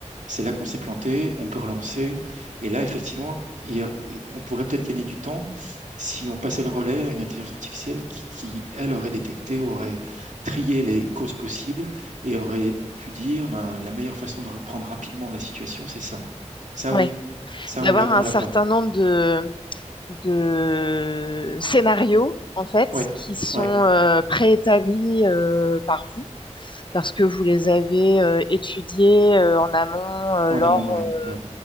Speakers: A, on the right; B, on the left.
A: c'est là qu'on s'est planté, on peut relancer. Et là, effectivement, il- on pourrait peut-être gagner du temps si on passait le relais à une intelligence artificielle qui, qui, elle, aurait détecté, aurait trié les causes possibles et aurait pu dire, ben, la meilleure façon de reprendre rapidement la situation, c'est ça. Ça,
B: Oui.
A: oui. Ça,
B: d'avoir
A: on l'a,
B: un
A: on l'a
B: certain
A: pas.
B: nombre de, de scénarios, en fait,
A: Ouais,
B: qui sont
A: ouais,
B: euh, préétablis euh, par vous, parce que vous les avez euh, étudiés euh, en amont euh,
A: en
B: lors,
A: amont, ouais.
B: euh,
A: Ouais, ouais,